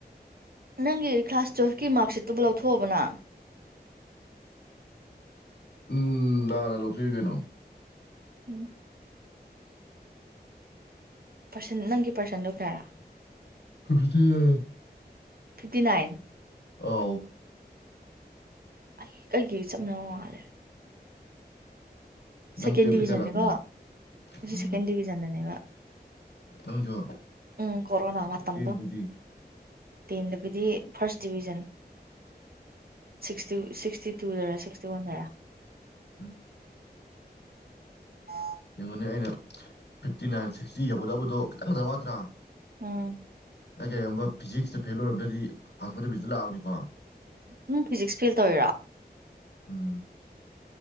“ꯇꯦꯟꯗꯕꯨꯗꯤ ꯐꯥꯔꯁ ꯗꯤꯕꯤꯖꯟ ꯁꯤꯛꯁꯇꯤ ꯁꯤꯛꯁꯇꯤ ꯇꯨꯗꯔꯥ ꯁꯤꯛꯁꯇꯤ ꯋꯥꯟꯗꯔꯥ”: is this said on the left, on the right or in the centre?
Right